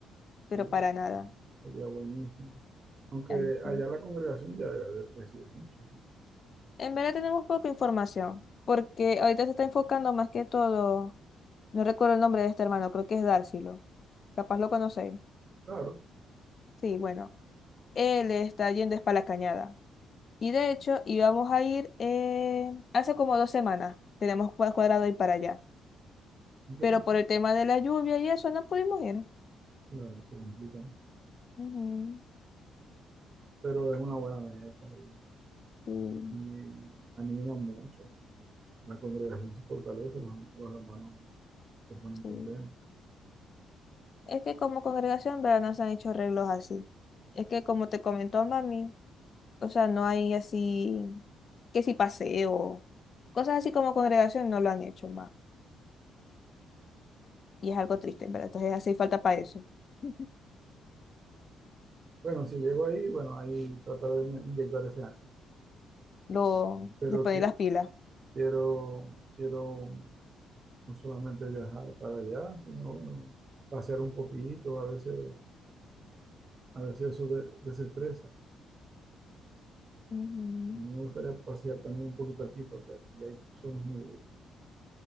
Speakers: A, on the left; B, on the right.
A: pero
B: Uh,
A: para nada.
B: sería buenísimo. Aunque
A: Ahí sí.
B: allá la congregación ya debe haber crecido mucho.
A: En verdad tenemos poca información, porque ahorita se está enfocando más que todo. No recuerdo el nombre de este hermano, creo que es Dárcilo. Capaz lo conocéis.
B: Claro,
A: Sí, bueno. Él está yendo es para la cañada. Y de hecho, íbamos a ir eh, hace como dos semanas. Tenemos cua- cuadrado ir para allá.
B: ¿y qué
A: Pero
B: pasó?
A: por el tema de la lluvia y eso, no pudimos ir.
B: Claro, se complica. ¿no?
A: Ujú,
B: Pero es una buena meta y
A: Sí,
B: y anima mucho. La congregación se fortalece, los, los hermanos se ponen
A: sí.
B: contentos.
A: Es que como congregación, ¿verdad? No se han hecho arreglos así. Es que como te comentó mami, o sea, no hay así, que si paseo, cosas así como congregación no lo han hecho más. Y es algo triste, en verdad. Entonces hace falta para eso. <laughs>
B: Bueno, si llego ahí, bueno, ahí tratar de inyectar ese año.
A: Lo,
B: Pero
A: le ponen
B: que,
A: las pilas.
B: quiero, quiero no solamente viajar para allá, sino bueno, pasear un poquito, a veces, a veces eso de- desestresa.
A: Ujú.
B: A mí me gustaría pasear también un poquito aquí, porque aquí hay personas muy bellas.